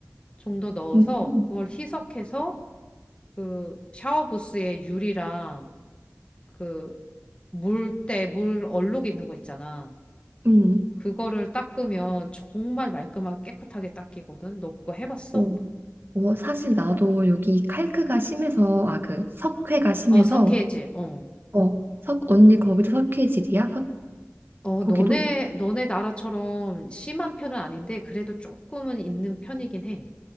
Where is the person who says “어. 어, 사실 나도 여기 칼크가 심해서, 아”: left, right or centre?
Right